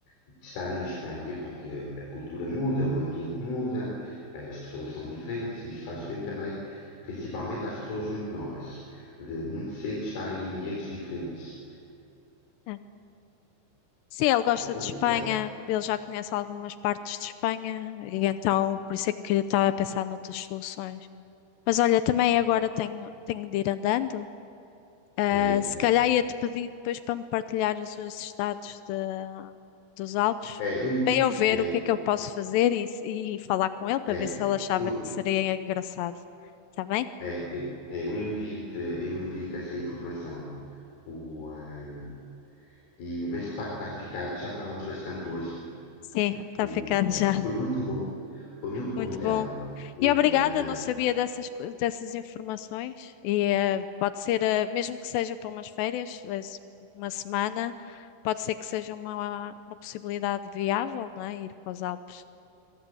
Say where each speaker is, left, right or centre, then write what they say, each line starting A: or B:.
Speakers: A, on the left; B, on the left.
A: de estar em Espanha porque a cultura muda, o ambiente muda, eh, as pessoas são diferentes e isso faz bem também, principalmente às pessoas muito novas, de muito cedo estarem em ambientes diferentes.
B: É. Sim, ele gosta de
A: O
B: Espanha,
A: que é? que
B: ele já conhece algumas partes de Espanha, e então por isso é que eu estava a pensar noutras soluções. Mas olha, também agora tenho, tenho de ir andando.
A: É,
B: Ah, se
A: é.
B: calhar ia-te pedir depois para me partilhares os estados de- dos Alpes,
A: É, É, eu-
B: para eu ver
A: é,
B: o que é que eu posso fazer e, se- e falar com ele para
A: É,
B: ver se ele achava
A: eu,
B: que seria engraçado. Está bem?
A: é, eu, é, eu envio-te, eu envio-te essa informação. O, eh, e, mas de facto está a ficar, já falámos bastante hoje.
B: Sim, está
A: O,
B: ficando já.
A: eh, já- foi muito bom, foi muito bom,
B: Muito
A: Telma.
B: bom.
A: O,
B: E obrigada,
A: eh,
B: não sabia dessas, co- dessas informações. E eh, pode ser, eh, mesmo que seja para umas férias, eh, se- uma semana, pode ser que seja uma, uma possibilidade viável, não é? Ir para os Alpes.